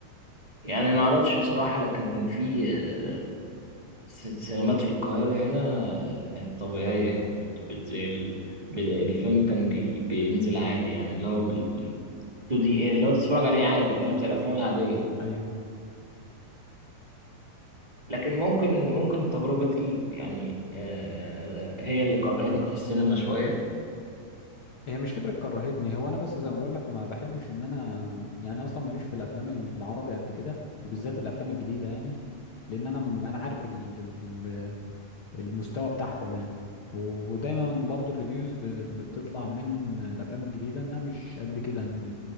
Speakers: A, on the right; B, on the left.
A: يعني ما اعرفش بصراحة لكن كان في آه، س- سينمات في القاهرة هنا كانت طبيعية يعني بت... بت... زي ال... ب- الفيلم كان بي... بينزل عادي يعني اللي هو بال... بال... 2D اللي هو تتفرج عليه عادي فاهم زي الأفلام العادية
B: ايوه
A: لكن ممكن ممكن التجربة دي يعني آه... هي اللي كرهتك في السينما شوية
B: هي مش فكرة كرهتني هو انا بس زي ما بقول لك ما بحبش ان انا يعني اصلا ماليش في الافلام العربي قد كده وبالذات الافلام الجديدة يعني لان انا انا عارف ال- ال- ال- المستوى بتاعهم يعني و- ودايما برضو الريفيوز ب- اللي بتطلع من الافلام الجديدة انها مش قد كده ان